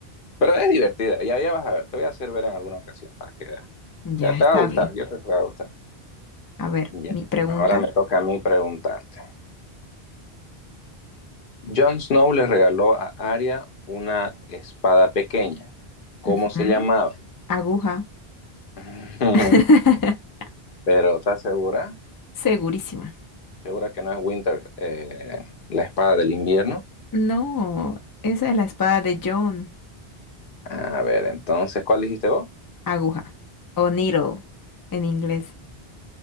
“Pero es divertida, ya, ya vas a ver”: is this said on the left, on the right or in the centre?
Left